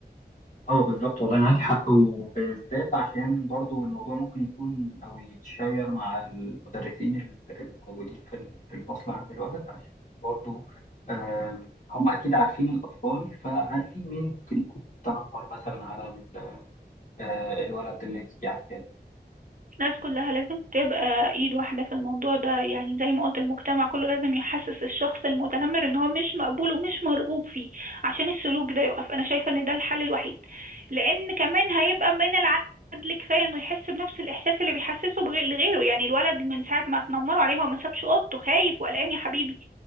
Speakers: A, on the left; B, on the right.
A: اه بالظبط والله معاك حق وبالذات عشان برضو الموضوع ممكن يكون او يتشير مع المدرسين ال- الموجودين في ال- في الفصل عند الولد عشان برضو آم، هم اكيد عارفين الاطفال فعارفين مين ممكن يكون تنمر مثلا على ال- آه، الولد اللي انت عارفاه
B: الناس كلها لازم تبقى ايد واحدة في الموضوع ده يعني زي ما قلت المجتمع كله لازم يحسس الشخص المتنمر ان هو مش مقبول ومش مرغوب فيه عشان السلوك ده يقف انا شايفة ان ده الحل الوحيد لان كمان هيبقى من العدل كفاية انه يحس بنفس الاحساس اللي بيحسسه بغ- لغيره يعني الولد من ساعة ما اتنمروا عليه هو ما سابش اوضته خايف وقلقان يا حبيبي